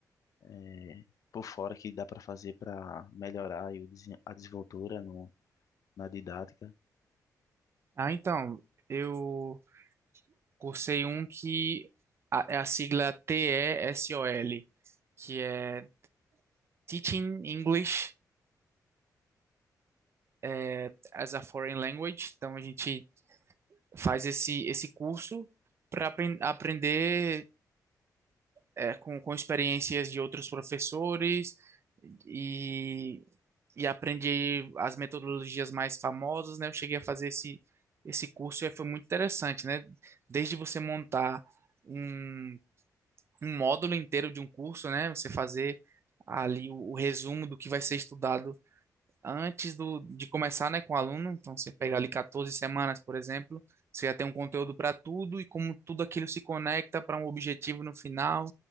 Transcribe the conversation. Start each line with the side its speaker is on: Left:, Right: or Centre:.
Left: é, por fora que dá para fazer para melhorar aí o desen- a desenvoltura no, na didática.
Right: Ah, então, eu cursei um que a- é a sigla T E S O L que é Teaching English eh, as a Foreign Language. Então, a gente faz esse, esse curso para aprender é, com, com experiências de outros professores e, e aprendi as metodologias mais famosas, né? Eu cheguei a fazer esse, esse curso e foi muito interessante, né? Desde você montar um, um módulo inteiro de um curso, né? Você fazer ali o, o resumo do que vai ser estudado antes do, de começar, né, com o aluno. Então, você pegar ali 14 semanas, por exemplo, você já tem um conteúdo para tudo e como tudo aquilo se conecta para um objetivo no final.